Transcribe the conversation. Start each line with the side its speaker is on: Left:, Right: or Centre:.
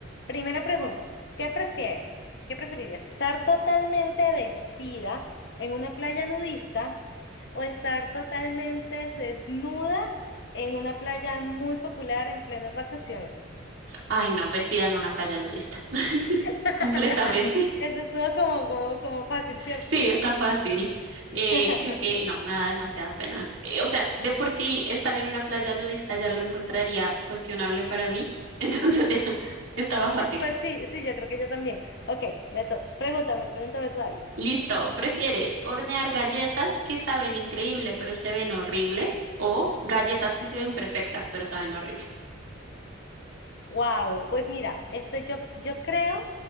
Left: primera pregunta, ¿qué prefieres? ¿Qué preferirías? ¿Estar totalmente vestida en una playa nudista o estar totalmente desnuda en una playa muy popular en plenas vacaciones?
Right: Ay, no, vestida en una playa nudista. <laughs>
Left: <laughs>
Right: Completamente.
Left: Eso estuvo como, como, como fácil, ¿cierto?
Right: Sí, está fácil. Eh,
Left: <laughs>
Right: creo que no, me da demasiada pena. Eh, o sea, de por sí estar en una playa nudista ya lo encontraría cuestionable para mí, <laughs> entonces ya estaba fácil.
Left: Pues sí, sí, yo creo que yo también. Ok, me to- pregúntame, pregúntame tú algo.
Right: Listo, ¿prefieres hornear galletas que saben increíble pero se ven horribles o galletas que se ven perfectas pero saben horrible?
Left: Wow, pues mira, este, yo, yo creo